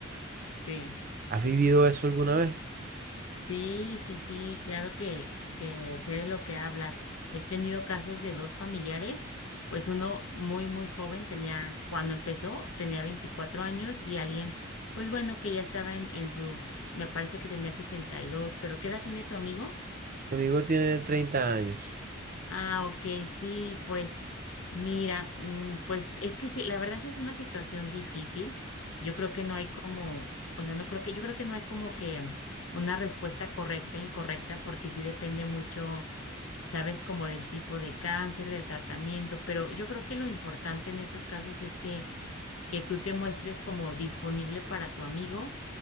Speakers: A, on the left; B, on the right.
A: Sí.
B: ¿Has vivido eso alguna vez?
A: Sí, sí, sí, claro que, que sé de lo que hablas. He tenido casos de dos familiares, pues uno muy, muy joven, tenía, cuando empezó, tenía 24 años y alguien, pues bueno, que ya estaba en, en sus, me parece que tenía 62. pero ¿qué edad tiene tu amigo?
B: Mi amigo tiene 30 años.
A: Ah, ok, sí, pues mira, mm, pues es que sí, la verdad sí es una situación difícil. Yo creo que no hay como, o sea, no creo que, yo creo que no hay como que una respuesta correcta e incorrecta, porque sí depende mucho, sabes, como del tipo de cáncer, del tratamiento, pero yo creo que lo importante en esos casos es que, que tú te muestres como disponible para tu amigo